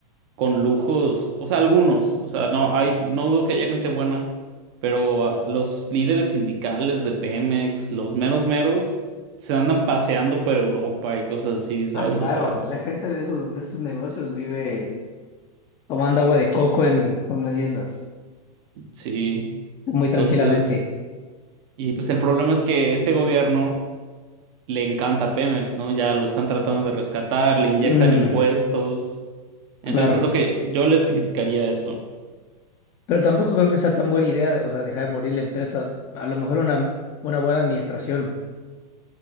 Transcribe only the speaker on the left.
Ah, claro,
la gente de esos, de esos negocios vive Tomando agua de coco en unas islas.
muy
tranquilamente.
Mm,
claro.
Pero tampoco creo que sea tan buena idea, o sea, dejar morir la empresa. A lo mejor una, una buena administración